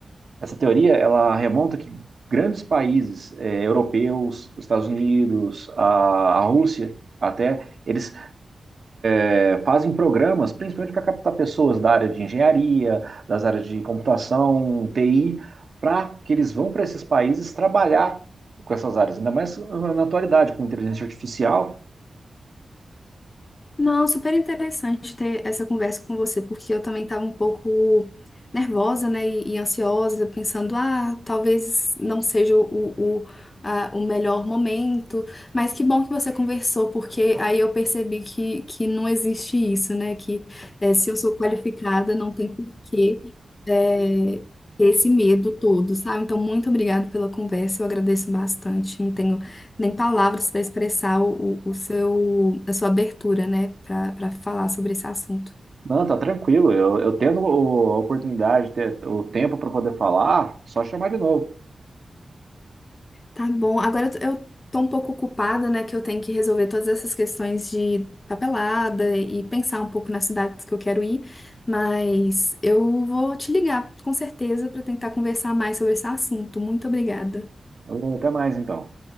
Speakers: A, on the right; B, on the left.
A: Essa teoria ela remonta que grandes países eh, europeus, os Estados Unidos, a, a Rússia, até eles eh, fazem programas, principalmente para captar pessoas da área de engenharia, das áreas de computação, TI, para que eles vão para esses países trabalhar com essas áreas, ainda mais ah, na atualidade com inteligência artificial.
B: Não, super interessante ter essa conversa com você, porque eu também estava um pouco nervosa, né, e, e ansiosa, pensando, ah, talvez não seja o, o, a- o melhor momento, mas que bom que você conversou, porque aí eu percebi que, que não existe isso, né, que eh, se eu sou qualificada, não tem porquê eh, ter esse medo todo, sabe? Então, muito obrigada pela conversa, eu agradeço bastante, não tenho nem palavras para expressar o, o, o seu, a sua abertura, né, para para falar sobre esse assunto.
A: Não, tá tranquilo. Eu, eu tendo o- a oportunidade, ter o tempo para poder falar, só chamar de novo.
B: Tá bom, agora eu tô eu tô um pouco ocupada, né, que eu tenho que resolver todas essas questões de papelada e pensar um pouco nas cidades que eu quero ir, mas eu vou te ligar, com certeza, para tentar conversar mais sobre esse assunto. Muito obrigada.
A: Ô, Até mais então.